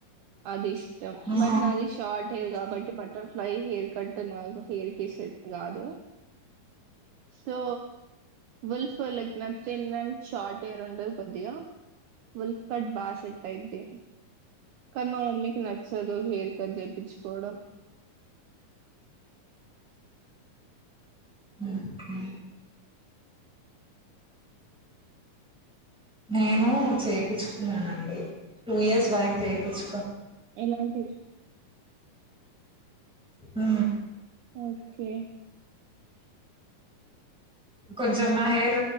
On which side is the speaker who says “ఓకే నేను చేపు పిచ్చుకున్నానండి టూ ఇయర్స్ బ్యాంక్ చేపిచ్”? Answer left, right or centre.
Centre